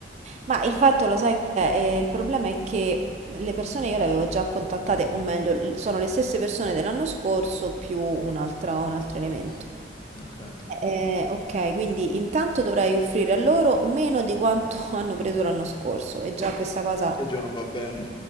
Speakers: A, on the right; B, on the left.
A: Ma il fatto, lo sai, eh, il problema è che le persone io le avevo già contattate, o meglio, l- sono le stesse persone dell'anno scorso più un altro, un altro elemento.
B: mh, okay.
A: Eh, ok, quindi intanto dovrei offrire a loro meno di quanto <laughs> hanno preso l'anno scorso e già questa cosa,
B: E già non va bene.